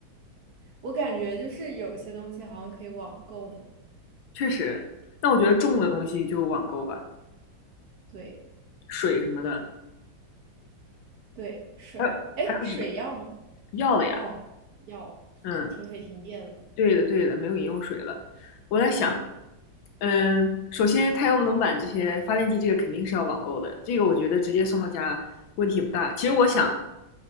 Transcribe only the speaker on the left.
确实，但我觉得重的东西就网购吧，
水什么的，
还有还有饮
药的呀，
嗯。对的，对的，没有饮用水了。我在想，
嗯，首先太阳能板这些发电机，这个肯定是要网购的，这个我觉得直接送到家问题也不大。其实我想，